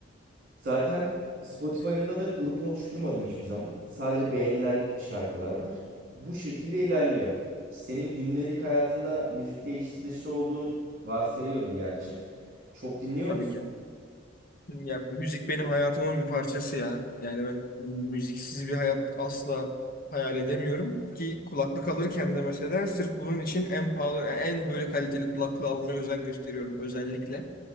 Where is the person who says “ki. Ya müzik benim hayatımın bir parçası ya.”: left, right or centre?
Left